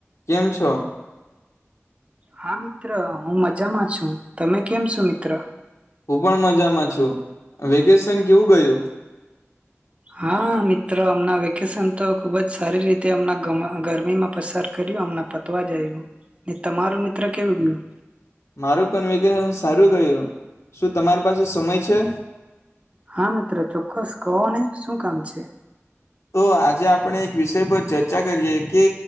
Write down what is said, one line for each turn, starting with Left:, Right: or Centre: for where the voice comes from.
Left: કેમ છો?
Right: હા મિત્ર હું મજામાં છું. તમે કેમ છો મિત્ર?
Left: હું પણ મજામાં છું. આ વેકેશન કેવું ગયું?
Right: હા મિત્ર અમના વેકેશન તો ખુબ જ સારી રીતે ગમ ગરમીમાં પસાર કર્યું. અમ પ તો જ આવ્યું. ને તમારું મિત્ર કેવું ગયું?
Left: મારું પણ વેકેશન સારું ગયું. શું તમારી પાસે સમય છે?
Right: હા મિત્ર ચોક્કસ, કહો ને શું કામ છે?
Left: તો આજે આપણે એક વિષય પર ચર્ચા કરીએ કે